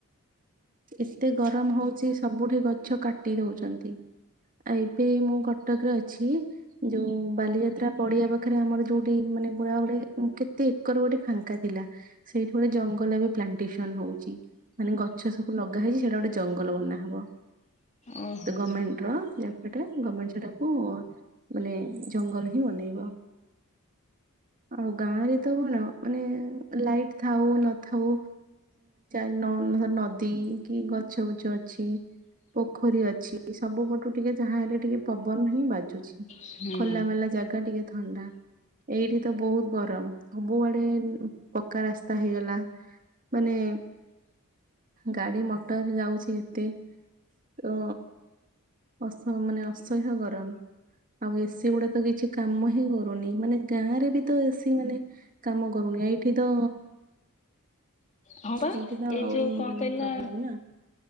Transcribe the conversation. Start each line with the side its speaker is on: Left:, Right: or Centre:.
Right: ଏତେ ଗରମ ହଉଚି ସବୁଠି ଗଛ। କାଟି ଦୋଉଛନ୍ତି। ଏବେ ମୁଁ କଟକରେ ଅଛି ଯୋଉ ବାଲିଯାତ୍ରା ପଡ଼ିଆ ପାଖରେ ଆମର ଯୋଉ। ମାନେ ପୁରା ଗୋଟେ କେତେ ଏକର ଗୋଟେ ଫାଙ୍କା ଥିଲା ସେଇଠି ଗୋଟେ ଜଙ୍ଗଲ ଏବେ ପ୍ଲାନ୍ ଷ୍ଟେସନ ହଉଛି। ମାନେ ଗଛ ସବୁ ଲଗା ହେଇଛି ସେଇଟା ଗୋଟେ ଜଙ୍ଗଲ ବନା ହବ।
Left: ଓହୋ
Right: ଗମେଟ୍ ର। ସେଟା ଗମେଟ୍ ସେଟାକୁ ମାନେ ଜଙ୍ଗଲ ହିଁ ବନେଇବ। ଆଉ ଗାଁ ରେ ତ କଣ ମାନେ ଲାଇଟ୍ ଥାଉ ନ ଥାଉ। ନ ନଦୀ କି ଗଛ ବୁଛ ଅଛି ପୋଖରୀ ଅଛି ସବୁ ପଟୁ ଟିକେ ଯାହାହେଲେ ଟିକେ ପବନ। ପବନ ହିଁ ବାଜୁଛି
Left: ହୁଁ
Right: ଖୋଲା ମେଲା ଜାଗା ଟିକେ। ଥଣ୍ଡା ଏଇଠି ତ ବହୁତ ଗରମ ସବୁଆଡେ ପକ୍କା ରାସ୍ତା ହେଇଗଲା ମାନେ। ଗାଡି ମଟର ଯାଉଛି ଏତେ ତ ତାସହ ମାନେ ଅସହ୍ୟ ଗରମ ଆଉ ଏସି ଗୁଡା ତ କିଛି କାମ ହିଁ କରୁନି। ମାନେ ଗାଁ ରେ ବି ତ ଏସି ମାନେ କାମ କରୁନି ଏଇଠି ତ।
Left: ହଁ ବା ଏଇ
Right: ଏଇଠି ତ ଆହୁରି
Left: ଯୋଉ କଣ
Right: ମାନେ
Left: କହିଲା
Right: ପ୍ରୋବ୍ଲେମ ନା